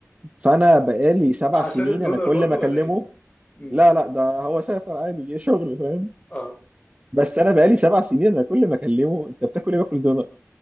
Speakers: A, on the right; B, on the left.
A: فانا بقالي سبع
B: آه،
A: سنين
B: عشان الدونر
A: انا كل
B: برضو
A: ما اكلمه
B: ولا ايه مم.
A: لا لا ده هو سافر عادي جه شغل فاهم
B: اه
A: بس انا بقالي سبع سنين انا كل ما اكلمه انت بتاكل ايه باكل دونر